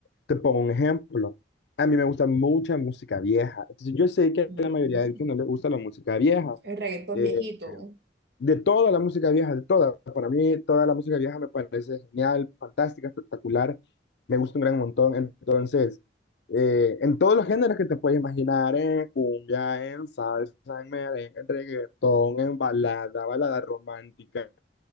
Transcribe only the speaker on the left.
Te pongo un ejemplo. A mí me gusta mucha música vieja. Entonces, yo sé que
a la mayoría de ellos no les gusta la música vieja.
eh,
de toda la música vieja, de toda. Para mí, toda la música vieja me parece genial, fantástica, espectacular. Me gusta un gran montón. Entonces, eh, en todos los géneros que te puedes imaginar, en cumbia, en salsa, en merengue, en reggaetón, en balada, balada romántica,